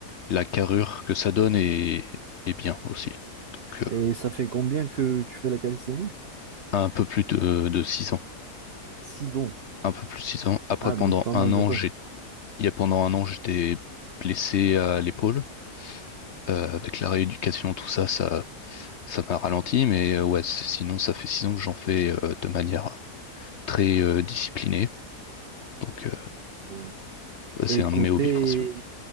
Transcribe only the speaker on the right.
Et ça fait combien que tu fais la calisthénie?
Six ans.
Ah,
donc pas
mal de
temps.
Ouais.
Et
côté,